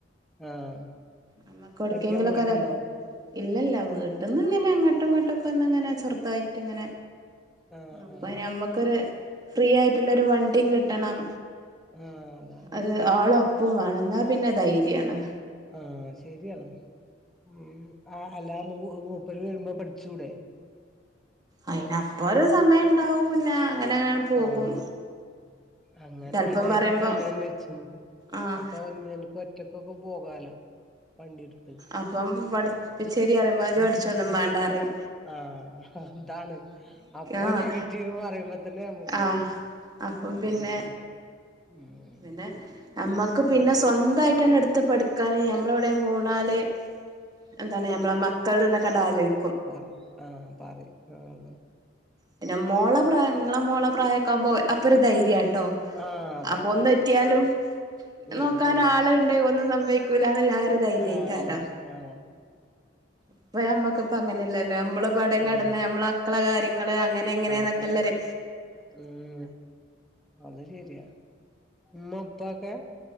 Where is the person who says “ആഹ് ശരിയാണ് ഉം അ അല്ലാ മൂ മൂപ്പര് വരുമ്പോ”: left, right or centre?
Centre